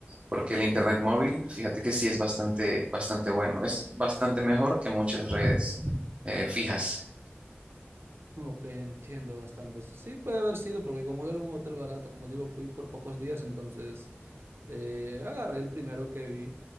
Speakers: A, on the right; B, on the right.
A: porque el internet móvil, fíjate que sí es bastante, bastante bueno. Es bastante mejor que muchas redes eh, fijas.
B: Ok, entiendo bastante eso. Sí, puede haber sido porque como era un hotel barato, como digo, fui por pocos días, entonces... Eh, agarré el primero que vi